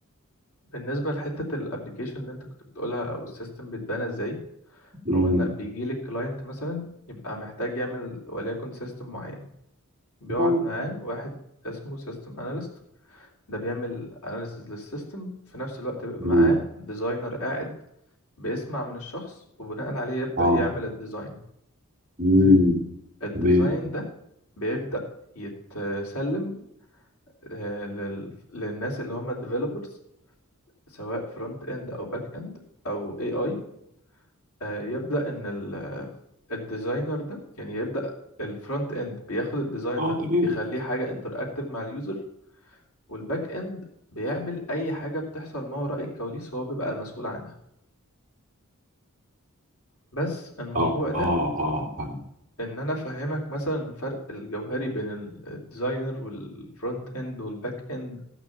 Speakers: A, on the left; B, on the right.
A: بالنسبة لحتة الابليكيشن اللي انت كنت بتقولها او السيستم بيتبنى ازاي
B: امم
A: هو ان بيجي لك كلاينت مثلا يبقى محتاج يعمل وليكن سيستم معين بيقعد
B: اه
A: معاه واحد اسمه سيستم اناليست ده بيعمل اناليسز للسيستم في نفس الوقت بيبقى
B: تمام
A: معاه ديزاينر قاعد بيسمع من الشخص وبناء عليه يبدأ
B: اه
A: يعمل الديزاين
B: مم.
A: الديزاين
B: تمام
A: ده بيبدأ يتسلم آه، لل- للناس اللي هم الديفلوبرز سواء فرونت اند او باك اند او اي اي آه، يبدأ إن ال- الديزاينر ده يعني يبدأ الفرونت إند بياخد الديزاين
B: اه
A: ده
B: تمام
A: يخليه حاجة انتراكتيف مع اليوزر والباك إند بيعمل أي حاجة بتحصل ما وراء الكواليس هو بيبقى المسؤول عنها بس الموضوع
B: اه
A: ده
B: اه اه فاهم
A: إن أنا أفهمك مثلا الفرق الجوهري بين ال- الديزاينر والفرونت إند والباك إند